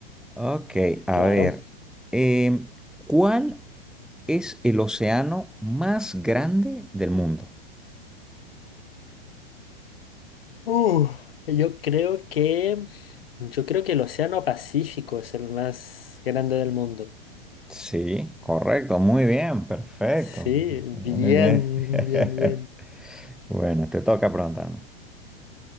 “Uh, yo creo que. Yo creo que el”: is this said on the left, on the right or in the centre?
Left